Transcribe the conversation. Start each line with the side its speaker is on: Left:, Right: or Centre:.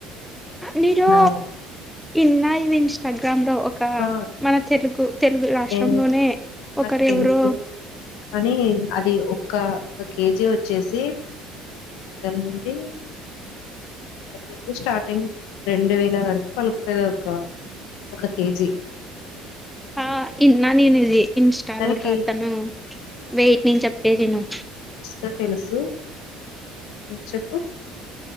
Centre: మీరు
Left: అని
Centre: ఇన్నా ఇ ఇన్స్టాగ్రామ్ లో ఒక
Left: ఆ
Centre: మన తెలుగు తెలుగు రాష్ట్రంలోనే
Left: నేను నాకు
Centre: ఒకరు
Left: తెలుసు
Centre: ఎవరు
Left: కానీ అది ఒక ఒక కేజీ వచ్చేసి అల నుండి నుండి స్టార్టింగ్ రెండు వేల వరకు పలుకుతుంది ఒక ఒక కేజీ
Centre: ఆ ఇన్నా నేనుజి ఇన్స్టాలో
Left: దానికి
Centre: అతను వెయిట్నించి చెప్పేది నేను
Left: ఇకా తెలుసు చెప్పు